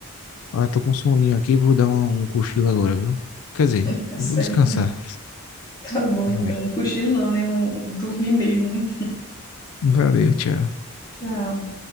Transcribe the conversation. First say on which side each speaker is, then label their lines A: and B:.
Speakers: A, on the left; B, on the left.
A: Ah, eu tô com um soninho aqui, vou dar um, um cochilo agora, viu? Quer dizer,
B: Tá
A: vou
B: certo.
A: descansar.
B: <laughs> Tá bom,
A: Vai.
B: então. Um Cochilo não, né? Um, dormir mesmo, né?
A: Valeu, tchau.
B: Tchau.